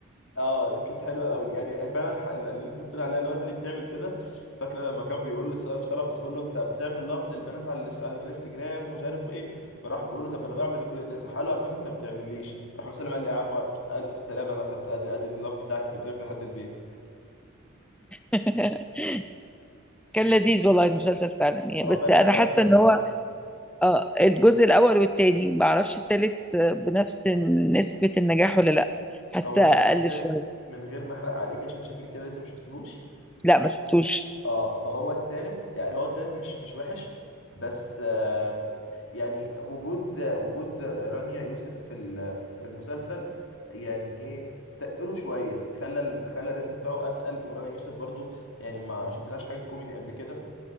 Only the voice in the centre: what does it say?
<laughs> كان لذيذ والله المسلسل فعلا يعني
بس
انا
حاسه ان
هو اه الجزء الاول والتاني ما اعرفش التالت آه، بنفس نسبة النجاح ولا لا حاسه
اقل
شوية
لا ما شفتوش